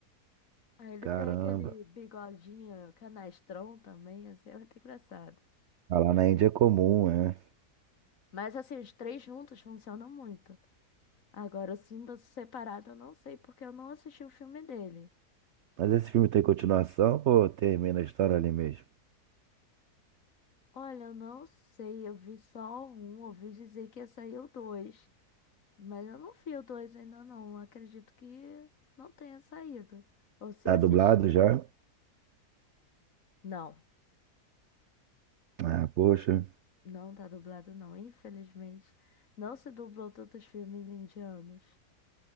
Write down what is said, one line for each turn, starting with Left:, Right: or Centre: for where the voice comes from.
Left: Aí ele
Right: Caramba.
Left: tem aquele bigodinho canastrão também, assim, é muito engraçado.
Right: Ah, lá na Índia é comum, é.
Left: Mas assim, os três juntos funcionam muito. Agora, o Simba separado eu não sei, porque eu não assisti o filme dele.
Right: Mas esse filme tem continuação ou termina a história ali mesmo?
Left: Olha, eu não sei, eu vi só um, ouvi dizer que ia sair o dois. Mas eu não vi o 2 ainda não. Acredito que não tenha saído. Ou se
Right: Tá
Left: assisti...
Right: dublado já?
Left: Não,
Right: Ah, poxa.
Left: não tá dublado não. Infelizmente, não se dublou tantos filmes indianos.